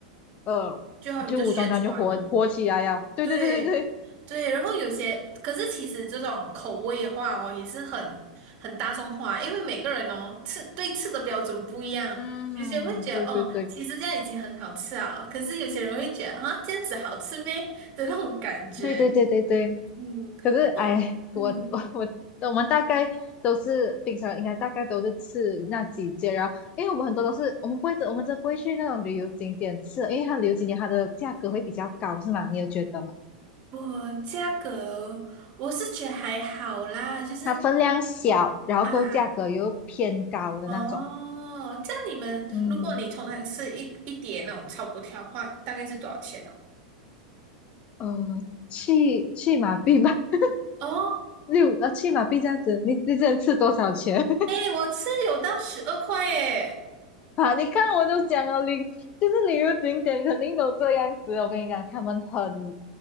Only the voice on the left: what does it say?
呃就无端端就火火起来呀，
对对对对对，
嗯，
对对
对对对对对对对。
可是哎，
我我 <laughs> 我我们大概都是平常应该大概都是吃那几件，然后因为我们很多都是我们不会，我们真的不会去那种旅游景点吃，因为它旅游景点它的价格会比较高，是吗？你有觉得吗？
它分量小，然后够价格又偏高的那种，
嗯
呃，去去马币吧，
<laughs> 六呃去马币这样子，你你只能吃多少钱？
<laughs> 啊，你看我都讲了，旅就是旅游景点肯定都这样子。我跟你讲，他们很